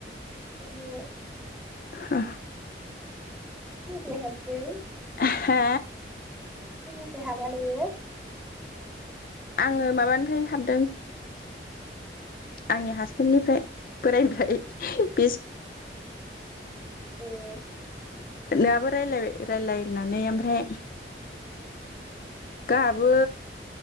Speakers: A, in the centre; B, on the left.
A: ओहो ।
B: हा
A: मे ह <inaudible>
B: हा
A: सोरनिफ्राय हाबानोंयो?
B: आङो माबानिफ्राय हाबदों । आंनि हासबेन्डनिफ्राय बोराइनिफ्राय ।
A: ए
B: नोंहाबो रायलायबाय रायलाय होननानै ओमफ्राय गाहाबो